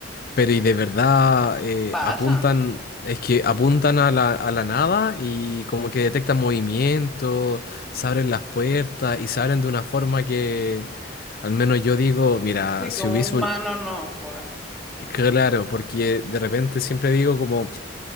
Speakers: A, on the left (about 55°); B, in the centre.
A: pero y de verdad eh,
B: pasan.
A: apuntan, es que apuntan a la, a la nada y como que detectan movimiento, se abren las puertas y se abren de una forma que al menos yo digo, mira,
B: Sí,
A: si
B: que un
A: hubiese
B: humano
A: un...
B: no, pues.
A: Claro, porque de repente siempre digo como...